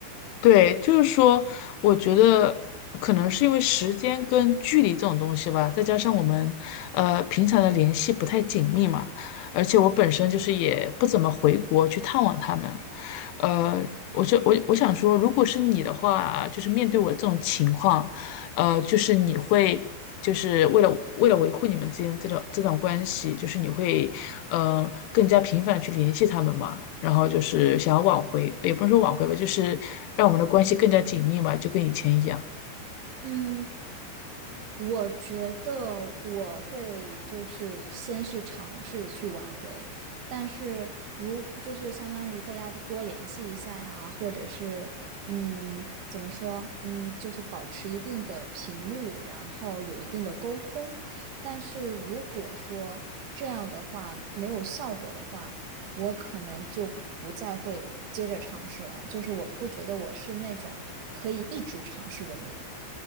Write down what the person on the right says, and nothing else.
嗯，我觉得我会就是先是尝试去挽回，但是如就是相当于大家都多联系一下呀，或者是嗯怎么说嗯就是保持一定的频率，然后有一定的沟通。但是如果说这样的话没有效果的话，我可能就不再会接着尝试了。就是我不觉得我是那种可以一直尝试的人。